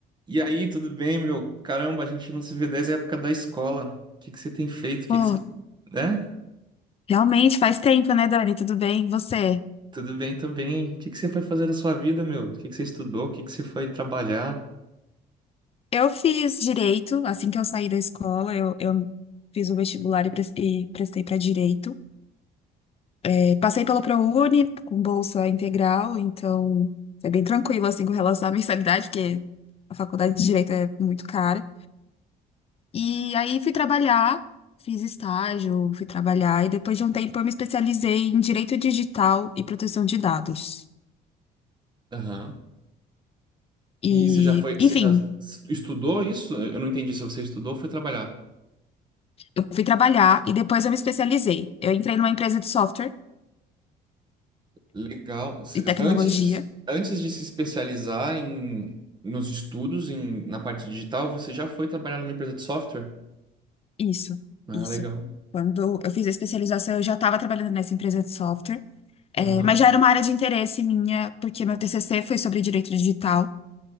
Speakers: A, on the right; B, on the left.
A: E aí, tudo bem, meu? Caramba, a gente não se vê desde a época da escola. O que que você tem feito? O que
B: Pô,
A: que você... Né?
B: realmente faz tempo, né, Dani? Tudo bem? E Você?
A: Tudo bem também. O que que você foi fazer da sua vida, meu? O que que você estudou? O que que você foi trabalhar?
B: Eu fiz direito assim que eu saí da escola. Eu, eu fiz o vestibular e pres- e prestei para direito. É, passei pelo ProUni com bolsa integral, então foi bem tranquilo assim com relação à <laughs> mensalidade, porque a faculdade de direito é muito cara. E aí fui trabalhar, fiz estágio, fui trabalhar e depois de um tempo eu me especializei em direito digital e proteção de dados.
A: Aham.
B: E,
A: E você já foi,
B: enfim,
A: você já estudou isso? Eu não entendi se você estudou ou foi trabalhar.
B: Eu fui trabalhar e depois eu me especializei. Eu entrei numa empresa de software
A: Legal. Cê-
B: e tecnologia.
A: Antes, antes de se especializar em, nos estudos, em, na parte digital, você já foi trabalhar numa empresa de software?
B: Isso,
A: Ah,
B: isso.
A: legal.
B: Quando eu fiz a especialização, eu já estava trabalhando nessa empresa de software, É,
A: Aham,
B: mas já era uma área de interesse minha, porque meu TCC foi sobre direito digital.